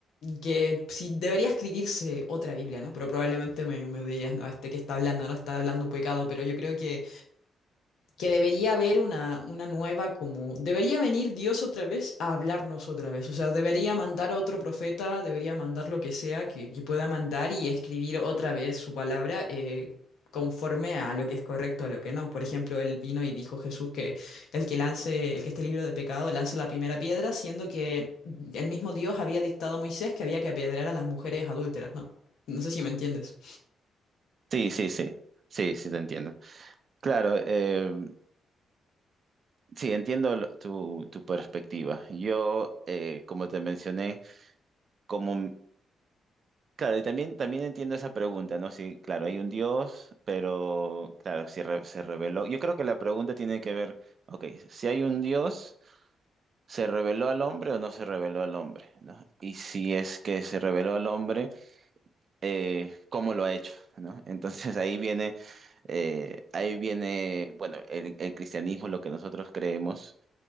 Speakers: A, on the left (about 80°); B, on the right (about 45°).
A: que sí debería escribirse otra Biblia, ¿no? Pero probablemente me, me dirías, no, este que está hablando, no está hablando un pecado, pero yo creo que que debería haber una, una nueva como... Debería venir Dios otra vez a hablarnos otra vez. O sea, debería mandar a otro profeta, debería mandar lo que sea que, que pueda mandar y escribir otra vez su palabra eh, conforme a lo que es correcto, a lo que no. Por ejemplo, él vino y dijo Jesús que el que lance, el que esté libre de pecado, lance la primera piedra, siendo que el mismo Dios había dictado a Moisés que había que apedrear a las mujeres adúlteras, ¿no? No sé si me entiendes.
B: Sí, sí, sí. Sí, sí, te entiendo. Claro, em, Sí, entiendo lo- tu, tu perspectiva. Yo, eh, como te mencioné, como, m- claro, y también, también entiendo esa pregunta, ¿no? Sí, claro, hay un Dios, pero, claro, si re- se reveló. Yo creo que la pregunta tiene que ver, ok, si hay un Dios, ¿se reveló al hombre o no se reveló al hombre, ¿no? Y si es que se reveló al hombre, eh, ¿cómo lo ha hecho, ¿no? <laughs> Entonces ahí viene, eh, ahí viene, bueno, el, el cristianismo, lo que nosotros creemos